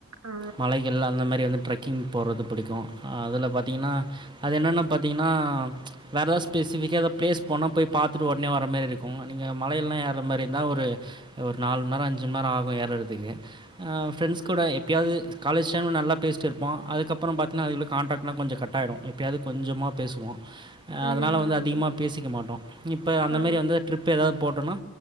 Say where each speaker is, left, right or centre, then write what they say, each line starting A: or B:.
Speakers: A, on the right (about 85°); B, on the right (about 20°).
A: ஆ
B: மலைகள் அந்த மாரி வந்து ட்ரக்கிங் போறது புடிக்கு அதுல பாத்தீங்னா அது என்னென்னா பாத்தீங்னா வேற எதாவ் ஸ்பெசிஃபிகா எத ப்ளேஸ் போனா போய் பாத்துட்டு ஒட்னே வர மாரி இருக்கு நீங்க மலையெல்லா ஏர்ற மாரி இருந்தா ஒரு ஒரு நாலு மண்நேரோ அஞ்சு மண்நேரோ ஆகு ஏறர்துக்கே ஆ ஃப்ரெண்ட்ஸ் கூட எப்பயாவ்து காலேஜ் டைம்ல நல்லா பேசிட்ருப்போ அதுக்கப்பறம் பாத்தீங்னா அது உள்ள கான்டாக்ட்லா கொஞ்சொ கட்டாய்டு எப்பயாவ்து கொஞ்சமா பேஸுவோ ஆ
A: ம்
B: அதனால வந்து அதிகமா
A: ஆமா
B: பேசிக்க மாட்டோ இப்ப அந்த
A: ஆ
B: மேரி வந்து ட்ரிப் ஏதாவ் போட்டோனா